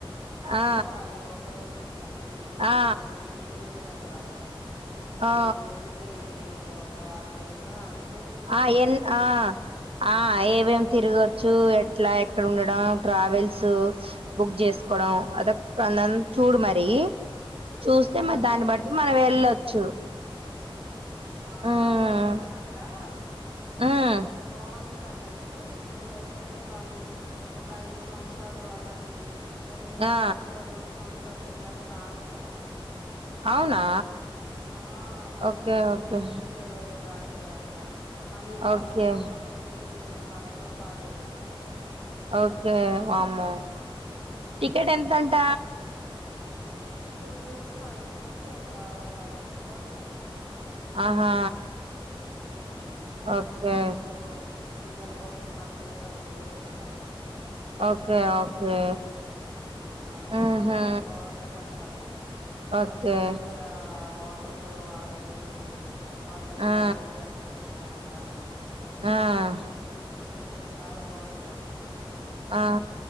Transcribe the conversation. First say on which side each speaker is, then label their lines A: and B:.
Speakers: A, on the right; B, on the right.
A: అనుకోవాలి
B: ఆ
A: ఒక రోజు ఇ ఇట్లా ఈ ఇప్పండు
B: ఆ
A: ఇన్ని ఇన్ని రోజుల దాము ఇన్ని
B: ఆ
A: రోజుల్లో ఎన్ని ఒక్ ఒక వారం రోజుల అనుక్
B: ఆ ఎన్ ఆ ఆ ఏవేం తిరగొచ్చు ఎట్లా ఎక్కడ ఉండడం ట్రావెల్స్ బుక్ జేసుకోవడం అదొక్ అంద చూడు మరి చూస్తే మరి
A: అదే
B: దాన్ని
A: చేయాలి
B: బట్టి మనం వెళ్ళొచ్చు.
A: ఆ
B: ఉమ్
A: వండర్లా అంటా
B: ఉమ్
A: బాగుంటదంట ఐ తే ఇప్పుడు ఎట్ల అంటే వాళ్ళు, ఒక ఐదు సంవత్సరాలు వాళ్ళకి లేతే మూడు
B: ఆ
A: సంవత్సరాలు రెండు సంవత్స టోల్ పిల్లల్ని రానివ్వరంట
B: అవునా?
A: ఆ, మరీ
B: ఓకే
A: చిన్న
B: ఓకే
A: పిల్లలు ఉన్ రాన్నీవరంట. మళ్ళీ వాళ్ళకి
B: ఓకే
A: గూడ మరి టికెట్ టు మనతో పాటేనంట.
B: ఓకే వామ్మో,
A: ఆ
B: టికెట్ ఎంతంట?
A: చ్చేసి మనిషికి ఒక ఫైవ్ హండ్రెడ్ అంట.
B: ఆహా
A: ఆ
B: ఓకే
A: ఇంక పిల్లల కో పిల్లలకొకటి మనకోటి అట్లెం ఉండదంట.
B: ఓకే ఓకే
A: ఆ అలా
B: ఉహు
A: ఉంటదంట బావుంటదంట.
B: ఓకే
A: మంచిగ అక్కడ వా వాటర్ లో ఆడుకునేవి వాల్లే
B: ఆ
A: వాల్లే డ్రెస్యెస్ ఇస్ తరంట
B: ఉమ్
A: కొన్ని కొన్ని చాలా బాగుంటది అంట.
B: ఆ